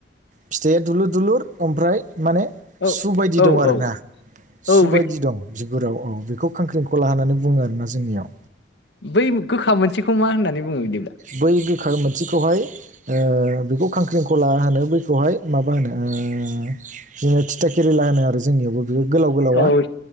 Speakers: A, on the right; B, on the left.
A: फिथाइया दुलुर-दुलुर ओमफ्राय माने
B: औ
A: सु बायदि
B: औ
A: दं आरोना,
B: औ औ
A: सु बायदि
B: बेखौ
A: दं। बिगुराव औ बेखौ खांख्रिंखला होननानै बुङो आरोना जोंनियाव।
B: बै गोखा मोनसेखौ मा होननानै बुङो बिदि?
A: बै गोखा मोनसेखौहाय ओ बेखौ खांख्रिंखला होनो बैखौहाय माबा होनो ओ जोङो तिथा केेरिला होनो आरो जोंनियावबो बेयो गोलाव-गोलावा
B: औ